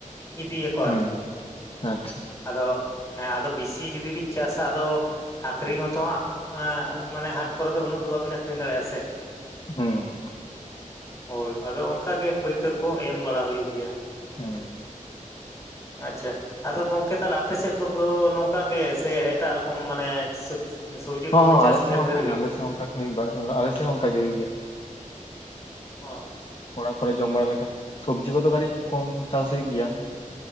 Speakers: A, on the left; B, on the left.
A: ᱤᱫᱤᱭᱟ ᱠᱚ
B: ᱦᱩᱸ
A: ᱟᱨᱠᱤ
B: ᱟᱪᱪᱷᱟ
A: ᱟᱫᱚ ᱦᱮᱸ ᱟᱫᱚ ᱵᱤᱥᱤ ᱡᱩᱫᱤ ᱵᱤᱱ ᱪᱟᱥᱟ ᱟᱫᱚ ᱟᱠᱷᱨᱤᱧ ᱦᱚᱸᱛᱚ ᱦᱟᱸᱜ ᱢᱟᱱᱮ ᱦᱟᱴ ᱠᱚᱨᱮ ᱫᱚ ᱩᱱᱟᱹᱜ ᱫᱚ ᱵᱟᱹᱵᱤᱱ ᱟᱠᱷᱨᱤᱧ ᱫᱟᱲᱮᱜᱼᱟ ᱥᱮ ᱾
B: ᱦᱩᱸ ᱦᱩᱸ
A: ᱦᱳᱭ ᱟᱫᱚ ᱚᱱᱠᱟ ᱜᱮ ᱯᱟᱹᱭᱠᱟᱹᱨ ᱠᱚ ᱮᱢ ᱵᱟᱲᱟ ᱦᱩᱭᱩᱜ ᱜᱮᱭᱟ ᱾
B: ᱚᱸ
A: ᱟᱪᱪᱷᱟ ᱾ ᱟᱫᱚ ᱜᱚᱝᱠᱮ ᱛᱟᱦᱞᱮ ᱟᱯᱮ ᱥᱮᱫ ᱠᱚᱫᱚ ᱱᱚᱝᱠᱟ ᱜᱮ ᱥᱮ ᱮᱴᱟᱜ ᱨᱚᱠᱚᱢ ᱢᱟᱱᱮ ᱥᱚᱵᱽᱡᱤ
B: ᱦᱚᱸ
A: ᱠᱚᱫᱚᱯᱮ
B: ᱦᱚᱸ
A: ᱪᱟᱥ
B: ᱟᱞᱮ
A: ᱜᱮᱭᱟ
B: ᱥᱮᱜ ᱦᱚᱸ ᱚᱱᱠᱟ
A: ᱰᱷᱮᱨ
B: ᱜᱮ ᱟᱞᱮ ᱥᱮᱜ ᱚᱱᱠᱟᱜᱮ <unintelligible> ᱟᱞᱮ ᱥᱮᱜ ᱦᱚᱸ ᱚᱱᱠᱟ ᱜᱮ ᱦᱩᱭᱩᱜ ᱜᱮᱭᱟ ᱾
A: ᱚᱸ
B: ᱚᱲᱟᱜ ᱠᱚᱨᱮ ᱡᱚᱢ ᱵᱟᱲᱟ ᱞᱮᱠᱟ ᱥᱚᱵᱽᱡᱤ ᱠᱚᱫᱚ ᱠᱟᱹᱴᱤᱡ ᱠᱚᱢ ᱪᱟᱥ ᱦᱩᱭᱩᱜ ᱜᱮᱭᱟ ᱾